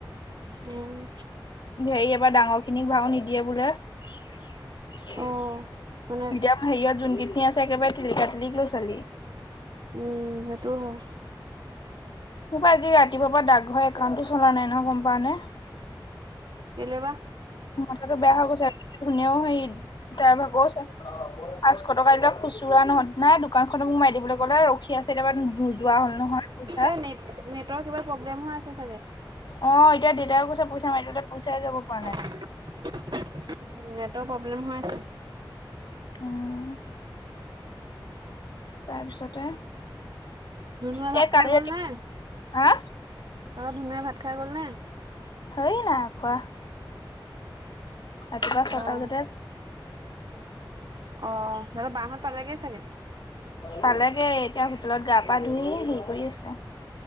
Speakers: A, on the right; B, on the left.
A: অ'।
B: হেৰি এবাৰ ডাঙৰ খিনিক ভাও নিদিয়ে বোলে। হেৰিয়
A: অ মানে
B: অ'ত যোনী খিনি আছে একেবাৰে টিলিক <unintelligible>
A: উম সেইটোও হয়।
B: মা আজি ৰাতিপুৱাৰ পৰা দাকঘৰ একাউন্টটো চলা নাই নহয় গ'ম পাৱ নে।
A: কেলে বা।
B: মাথাটো বেয়া হৈ গৈছে ধুনীয়াও সেই তাইৰ ভাগৰ আছে। পাঁচশ টকা এতিয়া খুচুৰা নহয় নাই দোকানখননত মোৰ মাই দিবলৈ ক'লে ৰখি আছো। কেতিয়াবা নোযোৱা হ'ল নহয় পৈচা।
A: এই নেট নেটৰ কিবা প্ৰব্লেম হৈ আছে চাগে।
B: অ', এতিয়া দেউতাই কৈছে পইচা মাৰি দিবলৈ পইচাই যাব পৰা নাই।
A: উ নেটৰ প্ৰব্লেম হৈ আছে।
B: <inaudible> তাৰপিছতে
A: ধুনুৱা
B: এই
A: ভাত
B: কালি
A: খাই গ'ল
B: ৰাতি
A: নে
B: হা
A: তলপ ধুনুৱে ভাত খাই গ'লনে?
B: হয় নাই খোৱা। ৰাতিপুৱা ছটা
A: অ'।
B: বজাতে
A: অ', সিহঁতৰ বাহত পালেগে চাগে।
B: পালেগে এতিয়া হোটেলত গা-পা ধুই হেৰি কৰি আছে।